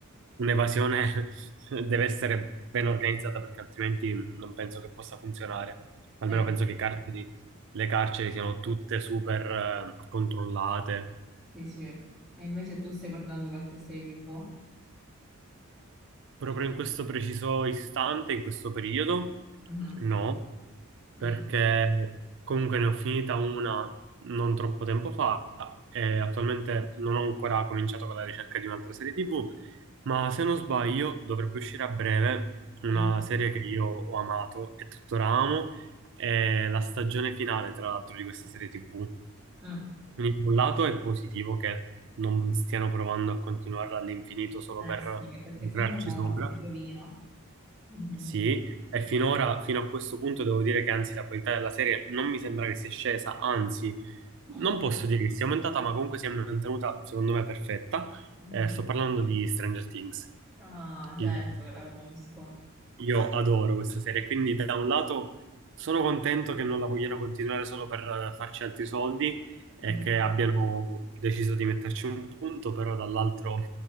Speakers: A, on the right; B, in the centre.
A: un'evasione <laughs> deve essere ben organizzata perché altrimenti non penso che possa funzionare. Almeno
B: Eh,
A: penso
B: sì,
A: che i carceri- le carceri siano tutte super eh, controllate.
B: sì, sì. E invece tu stai guardando qualche serie TV?
A: Proprio in questo preciso istante, in questo periodo,
B: Mhm.
A: no, perché
B: Mm.
A: comunque ne ho finita una non troppo tempo fa e attualmente non ho ancora cominciato con la ricerca di un'altra serie TV, ma se non sbaglio dovrebbe uscire a breve una
B: Mm.
A: serie che io ho amato e tuttora amo, è la stagione finale, tra l'altro, di questa serie TV.
B: Mm.
A: Quindi da un lato è positivo che non stiano provando a continuarla all'infinito solo
B: Eh
A: per
B: sì, perché
A: lucrarci
B: se no la-
A: sopra.
B: si rovina. Mhm.
A: Sì, e finora, fino a questo punto, devo dire che anzi la qualità della serie non mi sembra che sia scesa, anzi,
B: Mm.
A: non posso dire che sia aumentata, ma comunque si è mantenuta, secondo me, perfetta.
B: Mhm.
A: Eh, sto parlando di Stranger Things.
B: Ah, certo
A: Il-
B: che la conosco.
A: io adoro questa serie, quindi da un lato sono contento che non la vogliano continuare solo per eh, farci altri soldi e
B: Mhm.
A: che abbiano deciso di metterci un punto, però dall'altro